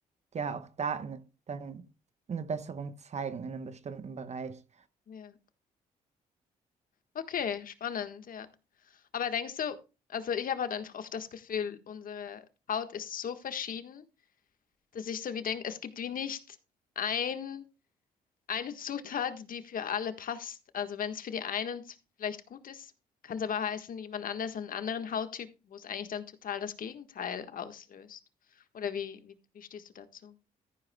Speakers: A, on the right; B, on the left.
A: ja auch Daten dann eine Besserung zeigen in einem bestimmten Bereich.
B: Ja. Okay, spannend, ja. Aber denkst du, also ich habe halt einfach oft das Gefühl, unsere Haut ist so verschieden, dass ich so wie denke, es gibt wie nicht ein, eine Zutat, die für alle passt. Also wenn es für die einen z- vielleicht gut ist, kann es aber heißen, jemand anders, einen anderen Hauttyp, wo es eigentlich dann total das Gegenteil auslöst. Oder wie, wie, wie stehst du dazu?